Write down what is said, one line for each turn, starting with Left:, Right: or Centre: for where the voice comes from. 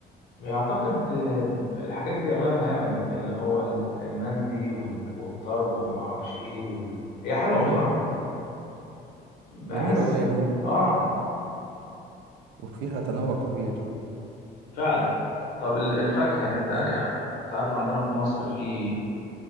Left: اعتقد آه، الحاجات دي اغلبها يمني اللي هو ال- المندي وال- والطرب ومعرفش ايه وال... هي حلوة
Right: مم.
Left: بصراحة بحس
Right: جميل أهو
Left: ب-
Right: يعني
Left: اه
Right: وفيها تنوع كبير
Left: فعلا طب ال- الفاكهة انت يعني
Right: ها
Left: تعرف عندنا في مصر في